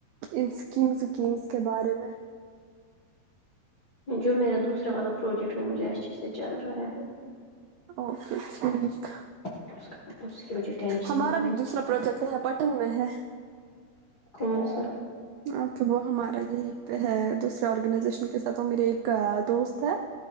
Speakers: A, on the right; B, on the left.
A: ان اسکیم وکیمس کے بارے میں
B: جو میرا دوسرا والا پروجیکٹ وہ مجھے اچھے سے چل رہا ہے
A: اوکےٹھیک
B: <inaudible> ٹینشن
A: ہمارا
B: نہیں
A: بھی
B: ہے
A: دوسرا پروجیکٹ ہے پٹن میں ہے
B: کون سا
A: اک وہ ہمارا یہی ہے دوسرے آرگنائزیشن کے ساتھ وہ میرے ایک دوست ہے